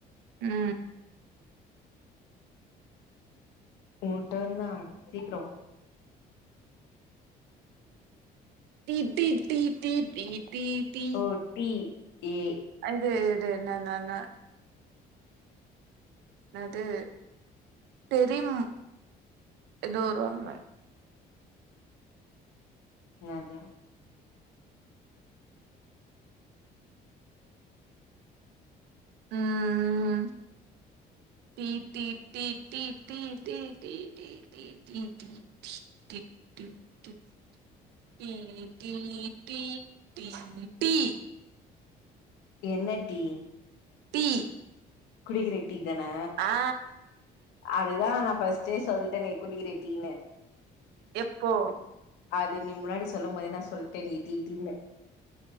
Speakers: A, on the right; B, on the left.
A: உம்
B: ஊ டேர்ன்னா சீக்ற
A: B B B B B B B
B: O T A
A: இது இது என்னனன என்னது டெரிம் எதோரு வருமே
B: நதா
A: ம் ம் T T T T T T T T T T T T டிட் டிப் டிப் டிட் T T T T tea
B: என்ன டி
A: டீ
B: குடிக்கிற டீ தானா
A: ஆ
B: அதுதா நா ஃபஸ்ட்டே சொல் னனே குடிக்கிற டீனு
A: எப்போ
B: இது நீ முன்னாடி சொல்லும் போத நா சொல்லிட்டே நீ டீ டீனு